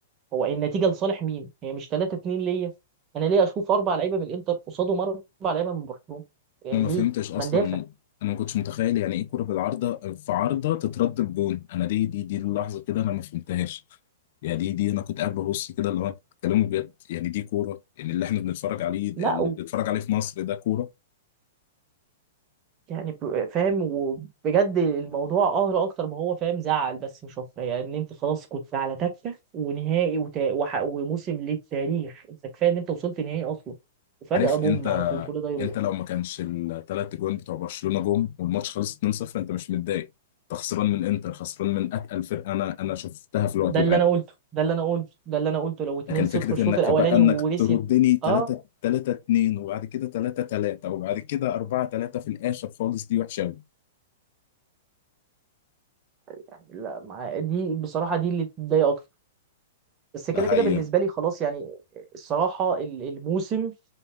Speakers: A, on the right; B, on the left.
A: هو النتيجه لصالح مين هي مش 3 2 ليا انا ليه اشوف اربع لعيبه من الانتر قصادهم اربع لعيبه من برشلونة يعني
B: انا ما فهمتش
A: ليه
B: اصلا
A: ما ندافع
B: انا ما كنتش متخيل يعني ايه كرة بالعارضة في عارضة تترد بجون انا دي دي دي اللحظة كده انا ما فهمتهاش يعني دي دي انا كنت قاعد ببص كده اللي هو انتوا بتتكلموا بجد يعني دي كوره يعني اللي احنا بنتفرج عليه اللي
A: لا
B: بنتفرج عليه في مصر ده كوره
A: يعني ب- فاهم وبجد الموضوع قهر اكتر ما هو فاهم زعل بس مش اكتر يعني ان انت خلاص كنت على تكه ونهائي وتا... وح... وموسم للتاريخ انت كفايه ان انت وصلت نهائي اصلا وفجاه
B: عارف
A: بوم
B: انت
A: على طول كل ده يروح
B: انت لو ما كانش الثلاث جوان بتوع برشلونه جم والماتش خلص 2-0 انت مش متضايق انت خسران من انتر خسران من اتقل فرقه انا انا شفتها في الوقت
A: ده
B: الحالي
A: اللي انا قلته ده اللي انا قلته ده اللي انا قلته لو 2-0
B: لكن فكرة
A: الشوط
B: انك
A: الاولاني
B: بقى انك
A: ورثت
B: تردني 3
A: اه
B: 3 2 وبعد كده 3 3 وبعد كده 4 3 في الاخر خالص دي وحشة قوي
A: يعني لا مع... دي بصراحه دي اللي تضايق اكتر بس كده
B: ده
A: كده
B: هي
A: بالنسبه لي خلاص يعني الصراحه ال- الموسم